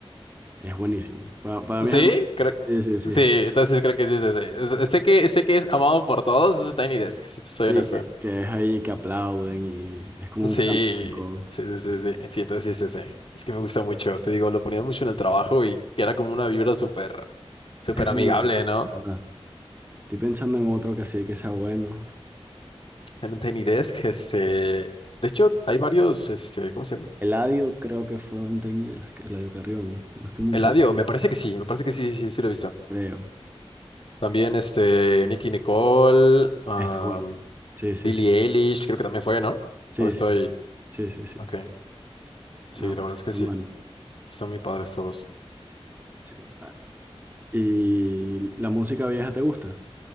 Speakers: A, on the right (about 20°); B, on the left (about 55°).
A: Es buenísimo. Pa- Para,
B: Sí,
A: mí es el más-
B: creo,
A: Sí, sí, sí.
B: sí, entonces creo que sí es ese. Es- Sé que, sé que es amado por todos, es Tiny Desk, si te soy
A: Sí,
B: honesto.
A: que, que es ahí que aplauden y es como un
B: Sí,
A: flamenco.
B: sí, sí, sí, sí, sí, entonces sí es ese. Es que me gusta mucho, te digo, lo ponían mucho en el trabajo y que era como una vibra súper, súper
A: Es muy
B: amigable,
A: bueno,
B: ¿no?
A: de ¿verdad? Estoy pensando en otro que sí que sea bueno.
B: En un Tiny Desk, este, de hecho, hay varios, este, ¿cómo se llama?
A: Eladio creo que fue un tainas que Eladio Carrión, no estoy muy
B: Eladio,
A: seguro,
B: me parece que sí, me parece que sí, sí, sí lo he visto.
A: creo.
B: También, este, Nicki Nicole, um,
A: Está bueno. Sí, sí,
B: Billie
A: sí.
B: Eilish, creo que también fue, ¿no?
A: Sí,
B: O estoy,
A: sí. Sí, sí, sí.
B: ok, sí,
A: No,
B: la
A: pero
B: verdad
A: está
B: es que sí.
A: bueno.
B: Están muy padres todos.
A: Sí. Ah, ¿Y la música vieja te gusta?